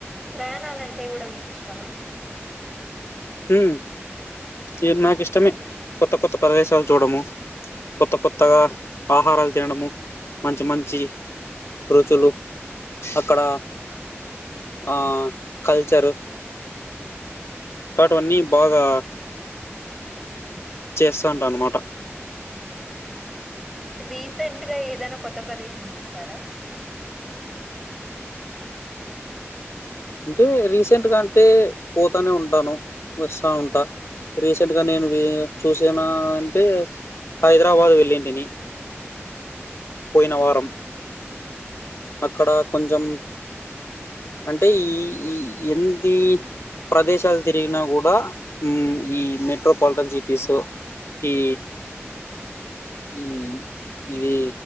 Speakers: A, in the centre; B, on the left (about 65°).
A: ప్రయాణాలంటే కూడా మీకు ఇష్టమా
B: ఉమ్ ఇది నాకు ఇష్టమే కొత్త కొత్త ప్రదేశాలు చూడము కొత్త కొత్తగా ఆహారాలు తినడము మంచి మంచి రుచులు అక్కడ ఆ కల్చర్ తాటవన్నీ బాగా చేస్తాంట అన్నమాట
A: రీసెంట్గా ఏదైనా కొత్త ప్రదేశం చూసారా?
B: అంటే రీసెంట్ గా అంటే పోతానే ఉంటాను వస్తా ఉంటా రీసెంట్ గా నేను చూసాన అంటె హై ద్రబాదు వెళ్ళింటిని పోయిన వారం అక్కడ కొంచెం అంటె ఈ ఈ ఇంది ప్రదేశాలు తిరిగినా కూడా ఉమ్ ఈ మెట్రోపాలిటన్ సిటీసు ఈ ఈ ఇది